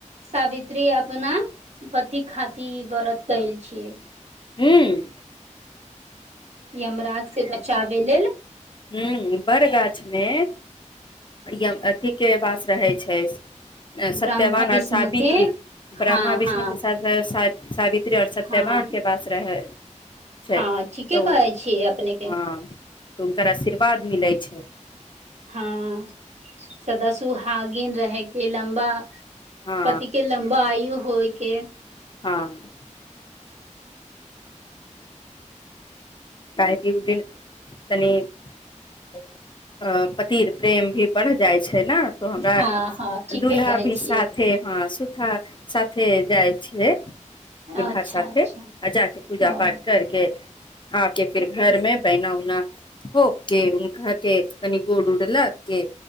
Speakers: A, on the right; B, on the left.
A: सावित्री अपतना पति खातिर व्रत कयल छियै
B: हूँ
A: यमराज से बचाबे लेल
B: हू बड़ गाछ मे य अथी के वास रहै छै सत्यवान
A: ब्रह्मा विष्णु
B: आर सावित्री
A: के
B: ब्रह्म
A: हँ
B: विष्णु
A: हँ
B: के साथ शादी आओर सत्यवान
A: हँ
B: के पास रह छै
A: हँ ठीके
B: तऽ
A: कहै छियै अपने के
B: हँ तऽ हुनकर आशीर्वाद मिलैत छै
A: हँ सदा सुहागिन रहय के के लम्बा
B: हँ
A: पति के लम्बा आयू य होइ के
B: हँ काहेकि उ दिन तनि अ पति प्रेम भी बढ़ जाइ छै तो हमरा
A: हँ हँ ठीके
B: दुूल्हा
A: कहै
B: भी
A: छियै
B: साथे हँ सुधा सा से जाइ छिय दुल्हा
A: अच्छा
B: साथे
A: अच्छा
B: आ जा कऽ पूजा
A: ओ
B: पाठ करके आके फिर घर में बहना उना ोोक के उनका के कनि गोड़ उड लग के